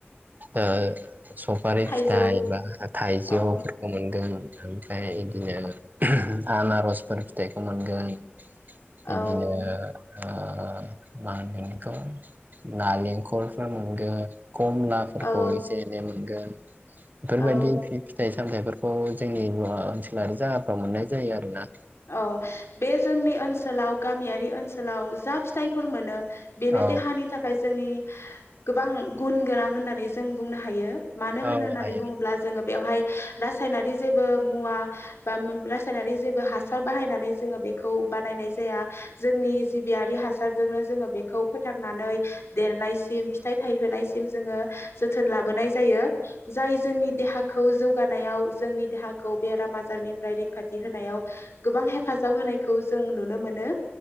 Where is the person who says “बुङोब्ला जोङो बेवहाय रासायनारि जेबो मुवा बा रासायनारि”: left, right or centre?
Left